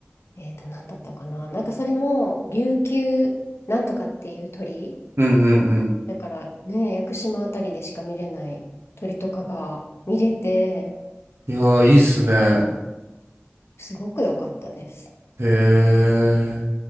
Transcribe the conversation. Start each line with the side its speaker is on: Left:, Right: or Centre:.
Left: えっと、なんだったかな、なんかそれも琉球なんとかっていう鳥、
Right: うんうん
Left: だからね、屋久島あたりでしか見れない鳥とかが見れて、
Right: うん。いやー、いいっすね。
Left: すごく良かったです。
Right: へえ。